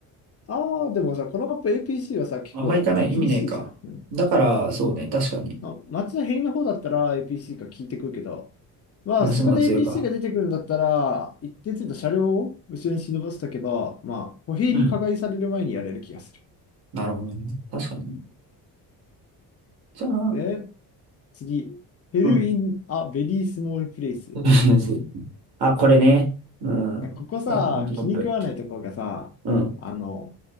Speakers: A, on the left; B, on the right.
A: ああ、でもさ、このマップ APC はさ、結構厳しいじゃん。
B: あんま行かない、意味ないか。
A: うん
B: だから、そうね、確かに。
A: あ、街のへりの方だったら APC が効いてくるけど、まあ、
B: 東の方が強いか。
A: そこで APC が出てくるんだったら、一定程度車両を後ろに忍ばせておけば、まあ、歩兵に加害される前にやれる気がする。
B: うん。なるほどね。確かに。じゃあ、
A: で、次、ヘルイン・
B: うん。
A: ア・ベリー・スモール・プレイス。
B: <laughs> あ、これね。
A: え、
B: うん。
A: ここさ、
B: あ、人気マップ。
A: 気に食わないところがさ、
B: うん。
A: あの、